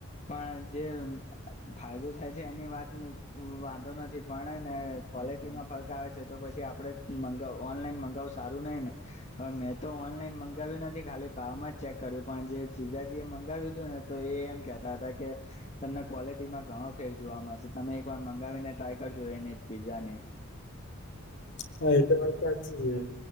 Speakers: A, on the left; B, on the left.
A: પણ જે ફાયદો થાય છે એની વાત વાંધો નથી પણે એને. ક્વોલિટીમાં ફરક આવે છે તો પછી આપડે મ ઓનલાઈન મંગાવું સારું નહિ ને. હવે મેં તો ઓનલાઈન મંગાવ્યું નથી ખાલી ભાવમાં ચેક કર્યું પણ જે. જીજાજી એ મંગાવ્યું હતું ને તો એ એમ કેતા હતા કે. તમને ક્વોલિટીમાં ઘણો ફેર જોવા મળશે તમે એકવાર મંગાવીને ટ્રાય કરજો એને જ પીઝા ની.
B: <inaudible> હા એ તો વા સાચી